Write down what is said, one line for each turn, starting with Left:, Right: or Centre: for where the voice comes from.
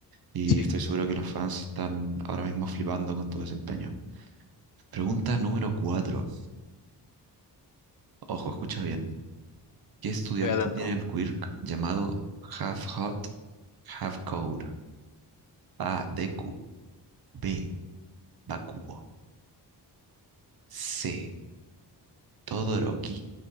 Right: Y
Left: Sí,
Right: estoy seguro que los fans están ahora mismo flipando con tu desempeño. Pregunta número cuatro Ojo, escucha bien. ¿Qué estudiante
Left: estoy atento.
Right: tiene el quirk llamado Half Hot, Half Cold? A. Deku. B. Bakugo. C. Todoroki.